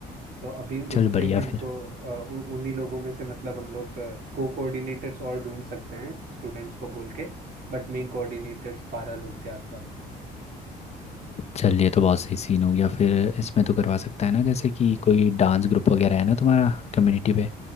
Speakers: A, on the right; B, on the left.
A: तो अभी
B: चल
A: उसमें
B: बढ़िया
A: ही हमको
B: फिर
A: अ, उ- उन्हीं लोगों में से मतलब हम लोग को कोऑर्डिनेटर्स और ढूंढ सकते हैं स्टूडेंट्स को बोल के बट मेन कोऑर्डिनेटर्स बारह लोग के आसपास में हैं।
B: चल ये तो बहुत सही सीन हो गया फिर इसमें तो करवा सकता है ना जैसे कि कोई डांस ग्रुप वगैरह है ना तुम्हारा कम्युनिटी पे,